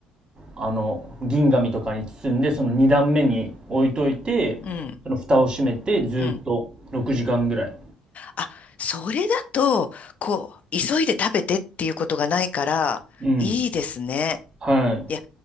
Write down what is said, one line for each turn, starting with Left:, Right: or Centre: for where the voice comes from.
Right: あの銀紙とかに包んでその2段目に置いといてその蓋を閉めてずーっと6時間ぐらい。
Left: うん、うん。あ、それだと、こう、急いで食べてっていうことがないから、
Right: うん
Left: いいですね。
Right: はい
Left: いや、